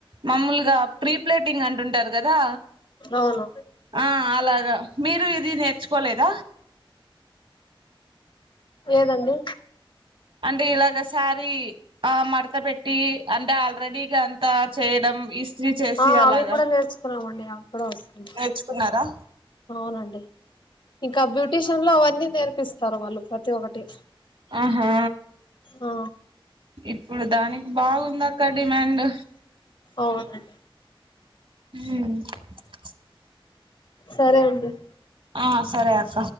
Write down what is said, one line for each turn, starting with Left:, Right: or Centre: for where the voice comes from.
Right: మామూలుగా ప్రీప్లేటింగ్ అంటుంటారు కదా
Left: అవును
Right: ఆ అలాగా మీరు ఇది నె నేర్చుకోలేద
Left: లేదు అండి
Right: అంటే ఇలాగ సారి ఆ మడత పెట్టి అంటే ఆల్రెడీక అంతా చేయడం ఇస్త్రీ చేసి
Left: ఆ
Right: అలాగా
Left: అవి కూడా నేర్చుకున్నామండి అవి కూడా వస్తుంది
Right: నేర్చుకున్నారా
Left: అవునండి ఇంకా బ్యూటీషియన్ లో అవన్నీ నేర్పిస్తారు వాళ్ళు ప్రతి ఒక్కటి
Right: ఆహా
Left: ఆ
Right: ఇప్పుడు దాని బాగుంది అక్క డిమాండ్
Left: అవునండి
Right: హ
Left: సరే అండి
Right: ఆ సరే అక్క